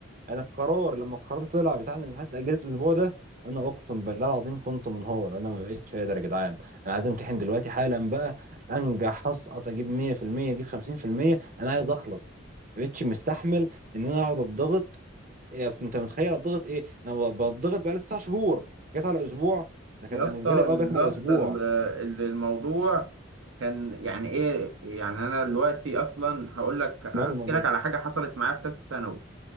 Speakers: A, on the right; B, on the right.
A: انا القرار لما القرار طلع بتاع ان الامتحانات اتاجلت الاسبوع ده انا اقسم بالله العظيم كنت منهار انا ما بقتش قادر يا جدعان انا عايز امتحن دلوقتي حالا بقى انجح اسقط اجيب 100% اجيب 50% انا عايز اخلص ما بقتش مستحمل ان انا اقعد اتضغط إيه، انت متخيل اتضغط ايه انا ب- بتضغط بقالي تسع شهور جت على اسبوع ده كان
B: يا
A: بالنسبه
B: اسطى
A: لي اه
B: بالظبط
A: جت على اسبوع
B: ال- ال- الموضوع كان يعني ايه يعني انا دلوقتي اصلا هقول لك احكي
A: ماله الموضوع
B: لك على حاجه حصلت معايا في ثالثه ثانوي